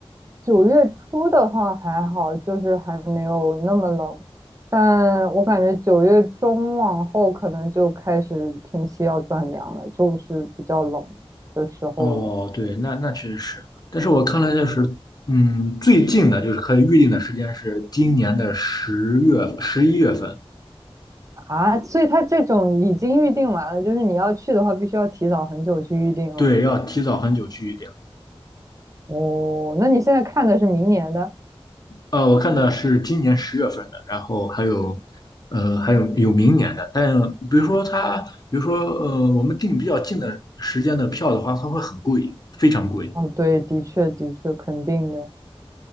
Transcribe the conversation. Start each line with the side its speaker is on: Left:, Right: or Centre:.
Right: 九月初的话还好，就是还没有那么冷，但我感觉九月中往后可能就开始天气要转凉了，就是比较冷。的时候了。
Left: 哦，对，那那确实是，但是我看了就是，嗯，最近的就是可以预定的时间是今年的十月、十一月份，
Right: 啊，所以他这种已经预定完了，就是你要去的话，必须要提早很久去预定了。
Left: 对，要提早很久去。
Right: 哦，那你现在看的是明年的？
Left: 呃，我看的是今年十月份的，然后还有，呃，还有有明年的。但比如说它，比如说呃，我们订比较近的时间的票的话，它会很贵，非常贵。
Right: 哦，对，的确，的确，肯定的，